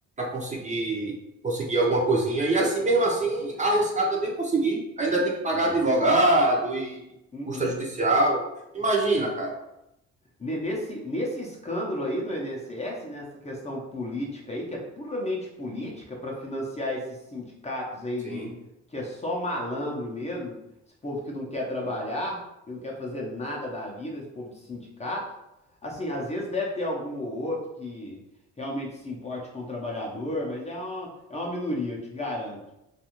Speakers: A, on the right (about 25°); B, on the left (about 20°).
A: conseguir conseguir alguma coisinha. E, assim, mesmo assim, arriscada nem conseguir. Ainda tem que pagar
B: Hum.
A: advogado e
B: Uhum.
A: custa judicial. Imagina, cara.
B: Ne- Nesse, nesse escândalo aí do INSS, nessa questão política aí, que é puramente política, para financiar esses sindicatos aí
A: Sim,
B: de que é só malandro mesmo, esse povo que não quer trabalhar,
A: sim.
B: que não quer fazer nada da vida, esse povo de sindicato. Assim, às vezes deve ter algum ou outro que realmente se importe com o trabalhador, mas é uma, é uma minoria, eu te garanto